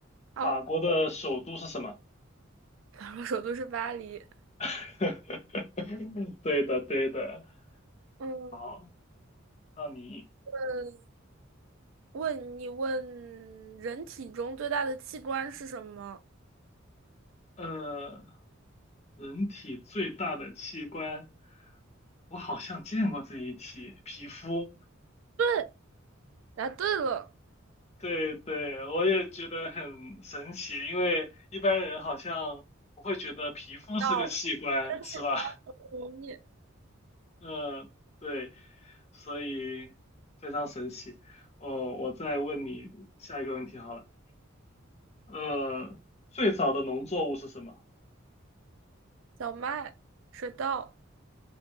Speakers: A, on the right; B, on the left.
A: 哦，
B: 法国的首都是什么？
A: <laughs> 法国首都是巴黎。
B: <laughs> 对的，对的，
A: 嗯，
B: 好，那你，
A: 呃问你问人体中最大的器官是什么？
B: 呃，人体最大的器官，我好像见过这一题，皮肤。
A: 对，答对了，
B: 对对，我也觉得很神奇，因为一般人好像不会觉得皮肤是个器官，
A: 到这个器官很容易，
B: 是吧？<laughs> 嗯，对，所以非常神奇。哦，我再问你下一个问题好了。呃，最早的农作物是什么？
A: 小麦、水稻